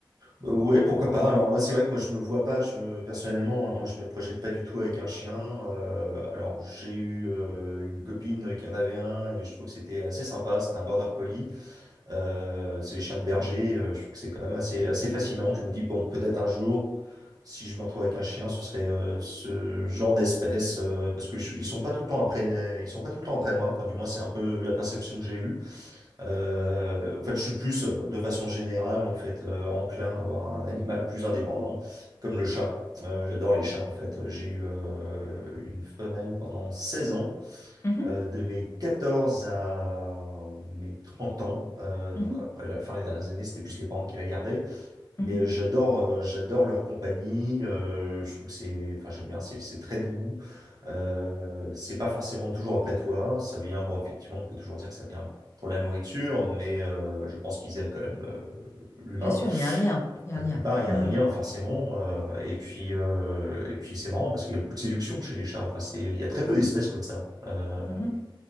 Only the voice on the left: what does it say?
Mhm,
mhm,
mhm.
Bien sûr, il y a un lien. Il y
a un lien.
Mhm,
mhm,